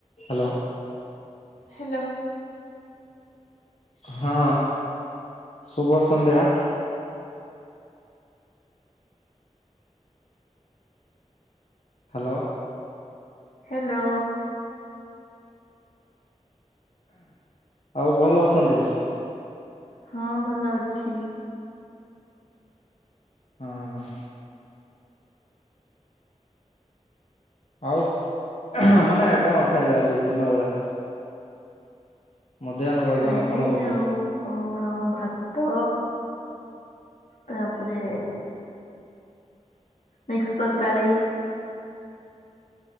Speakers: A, on the left (about 60°); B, on the left (about 80°).
A: Hello
B: hello
A: ହଁ ଶୁଭ ସନ୍ଧ୍ୟା। ହାଲୋ
B: ହାଲୋ
A: ଆଉ ଭଲ ଅଛନ୍ତି।
B: ହଁ ଭଲ ଅଛି।
A: ହଁ ଆଉ ମାନେ କଣ ଖାଇଲେ ଆଜି ଦିନ ବେଳା? ମଧ୍ୟାହ୍ନ ଭୋଜନ
B: ଖାଇଲି
A: କଣ କରିଲେ?
B: ଆଉ କଣ ଭାତ ତାପରେ ମିକ୍ସ ତରକାରୀ।